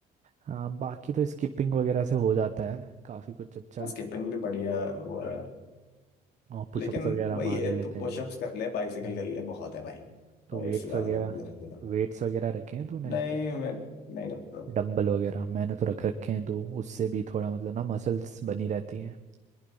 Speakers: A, on the right (about 45°); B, on the left (about 75°).
A: हाँ बाकी तो स्किपिंग वगैरह से हो जाता है काफ़ी कुछ अच्छा
B: स्किपिंग भी बढ़िया वो है
A: और पुशअप्स
B: लेकिन
A: वगैरह
B: वही
A: मार
B: है
A: ही लेते
B: तू पुशअप्स
A: हैं
B: कर ले बाइसिकल
A: हम्म,
B: कर ले बहुत है भाई
A: तो
B: और
A: वेट्स
B: इससे ज्यादा
A: वगैरह
B: करने की जरूरत नहीं
A: वेट्स वगैरह रखे हैं तूने
B: नहीं
A: कुछ
B: मैं नहीं रखता
A: डंबल वगैरह मैंने तो रख रखे हैं तो उससे भी थोड़ा मतलब ना मसल्स बनी रहती हैं